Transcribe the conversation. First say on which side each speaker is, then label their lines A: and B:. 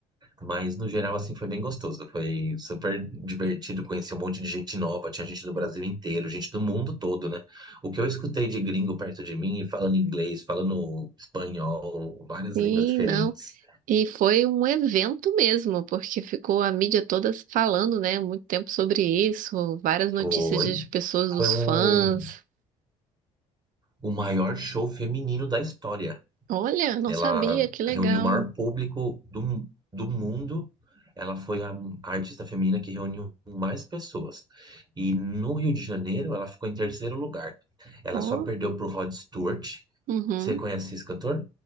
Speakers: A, on the right; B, on the right.
A: Mas no geral, assim, foi bem gostoso. Foi super divertido conhecer um monte de gente nova. Tinha gente do Brasil inteiro, gente do mundo todo, né? O que eu escutei de gringo perto de mim, falando inglês, falando espanhol, várias
B: sim,
A: línguas diferentes.
B: não. E foi um evento mesmo, porque ficou a mídia toda falando, né, muito tempo sobre isso, várias notícias
A: Foi,
B: das pessoas, dos
A: foi um,
B: fãs.
A: o maior show feminino da história.
B: Olha, não
A: Ela
B: sabia, que legal.
A: reuniu o maior público do, do mundo. Ela foi a, a artista feminina que reuniu mais pessoas. E no Rio de Janeiro, ela ficou em terceiro lugar. Ela
B: Ó,
A: só perdeu para o Rod Stewart.
B: uhum.
A: Você conhece esse cantor?